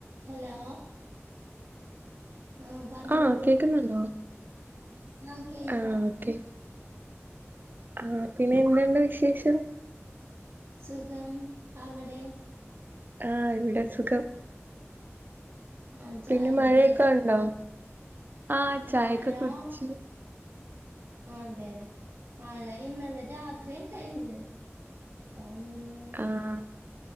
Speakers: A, on the right (about 60°); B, on the right (about 40°).
A: Hello ആ പറഞ്ഞോളൂ
B: ആഹ് കേക്കുന്നുണ്ടോ
A: ആ കേൾക്കാം
B: ആഹ് ഓക്കെ ആഹ് പിന്നെ എന്തുണ്ട് വിശേഷം
A: സുഖം അവിടെ
B: ആഹ് ഇവിടേം സുഖം
A: ആഹ് ചായ
B: പിന്നെ മഴയൊക്കെ
A: കുടിയൊക്കെ കഴിഞ്ഞോ
B: ഉണ്ടോ ആഹ് ചായൊക്കെ
A: മഴ
B: കുടിച്ചു
A: അ അതെ മഴ ഇന്നലെ രാത്രി ഇണ്ടായിര്ന്ന് ത്താ ഹ് <unintelligible>
B: ആഹ്